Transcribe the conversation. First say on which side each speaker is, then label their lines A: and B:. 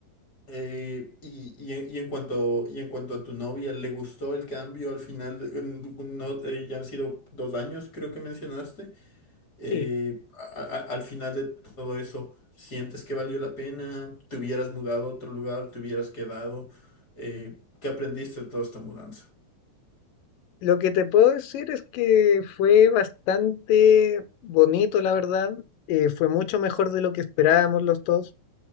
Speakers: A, on the left; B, on the left.
A: Eh, y, y en, y en cuanto, y en cuanto a tu novia, ¿le gustó el cambio al final? de- en- no, eh, ya han sido dos años, creo que mencionaste eh,
B: Sí.
A: a- a- al final de todo eso, ¿sientes que valió la pena? ¿Te hubieras mudado a otro lugar? ¿Te hubieras quedado? Eh, ¿qué aprendiste de toda esta mudanza?
B: Lo que te puedo decir es que fue bastante bonito, la verdad. Eh, fue mucho mejor de lo que esperábamos los dos.